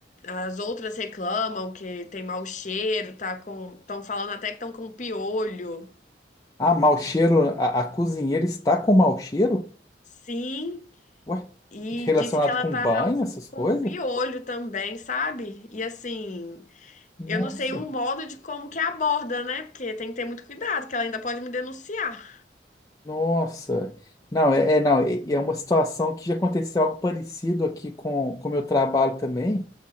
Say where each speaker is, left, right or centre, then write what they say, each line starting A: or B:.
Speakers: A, on the left; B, on the left.
A: As outras reclamam que tem mau cheiro, tá com... Estão falando até que estão com piolho.
B: Ah, mau cheiro, a, a cozinheira está com mau cheiro?
A: Sim,
B: Ué,
A: e
B: relacionado
A: disse que ela
B: com
A: tá
B: banho,
A: us-
B: essas
A: com
B: coisas?
A: piolho também, sabe? E assim,
B: Nossa,
A: eu não sei um modo de como que aborda, né? Porque tem que ter muito cuidado, que ela ainda pode me denunciar.
B: nossa. Não, é, é- não, é, é uma situação que já aconteceu algo parecido aqui com com o meu trabalho também.